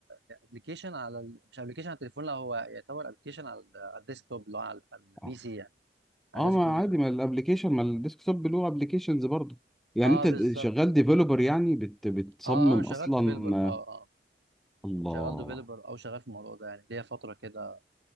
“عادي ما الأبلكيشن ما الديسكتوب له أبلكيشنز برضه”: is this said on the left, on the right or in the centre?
Centre